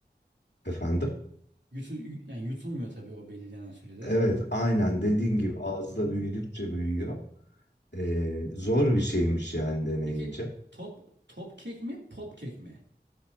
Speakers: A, on the left; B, on the right.
A: Efendim?
B: Yutu, yu- yani yutulmuyor tabii o belirlenen sürede.
A: Evet aynen dediğin gibi ağızda büyüdükçe büyüyor. Ee, zor bir şeymiş yani deneyince.
B: Peki top top kek mi pop kek mi?